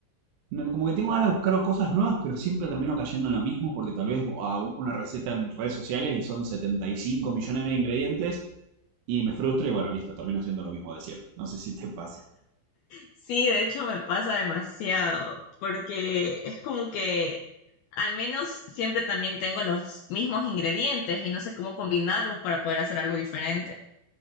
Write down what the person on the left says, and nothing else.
Sí, de hecho me pasa demasiado, porque es como que al menos siempre también tengo los mismos ingredientes y no sé cómo combinarlos para poder hacer algo diferente.